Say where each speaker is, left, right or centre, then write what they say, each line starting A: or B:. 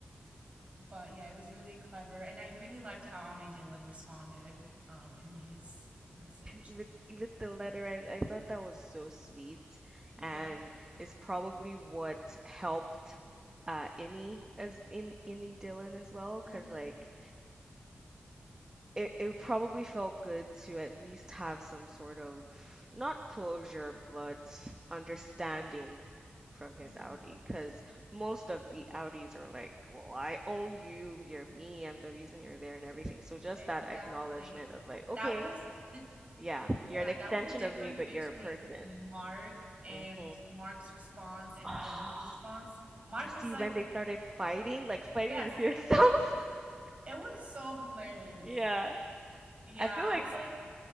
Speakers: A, on the right; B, on the right.
A: But yeah, it was really clever, and I really liked how Audi Dylan responded um in his message.
B: with with the letter I, I thought that was so sweet
A: <laughs> Yeah.
B: and is probably what helped uh Innie as in Innie Dylan as well because
A: Mm-hmm.
B: like it, it probably felt good to at least have some sort of not closure but understanding from his
A: Mm-hmm.
B: Audi because most of the Audis are like well I own you you're me I'm the reason you're there and everything so just
A: Exactly.
B: that acknowledgement of like okay
A: That was the
B: yeah,
A: Yeah,
B: you're an extension
A: that was the difference
B: of me, but
A: between
B: you're a person.
A: Mark and
B: hmm <gasps>
A: Mark's response and
B: <sighs>
A: Dylan's response. Mark
B: you see
A: was like,
B: when they started fighting, like fighting
A: Yes,
B: with yourself? <laughs>
A: it was so hilarious.
B: Yeah.
A: Yeah,
B: I feel
A: I
B: like
A: was like,